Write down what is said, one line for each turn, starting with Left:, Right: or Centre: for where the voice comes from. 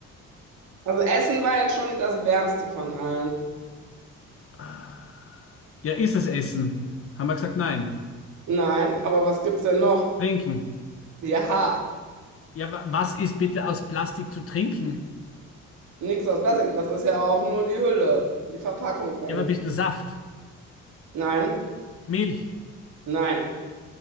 Right: Also Essen war jetzt schon das Wärmste von allen.
Left: Ah. Ja, ist es Essen? Haben wir gesagt, nein.
Right: Nein, aber was gibt's denn noch?
Left: Trinken.
Right: Ja,
Left: Ja, wa was ist bitte aus Plastik zu trinken?
Right: nichts aus Plastik. Das ist ja auch nur die Hülle, die Verpackung quasi.
Left: Ja, aber bist du Saft?
Right: Nein,
Left: Milch?
Right: nein,